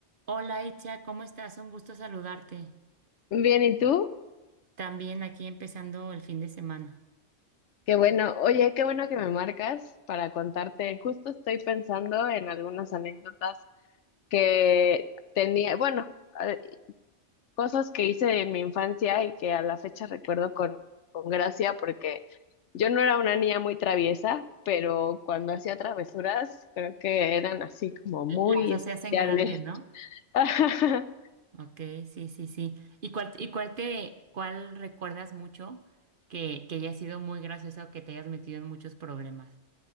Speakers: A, on the right (about 50°); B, on the left (about 80°).
A: Hola Echa, ¿cómo estás? Un gusto saludarte.
B: Bien, ¿y tú?
A: También aquí empezando el fin de semana.
B: Qué bueno. Oye, qué bueno que me marcas para contarte. Justo estoy pensando en algunas anécdotas que tenía, bueno, a- cosas que hice en mi infancia y que a la fecha recuerdo con, con gracia porque yo no era una niña muy traviesa, pero cuando hacía travesuras creo que eran así como muy
A: Las hacías
B: especiales.
A: en grande, ¿no?
B: <laughs>
A: Ok, sí, sí, sí. ¿Y cuál, y cuál te, cuál recuerdas mucho que, que haya sido muy graciosa o que te hayas metido en muchos problemas?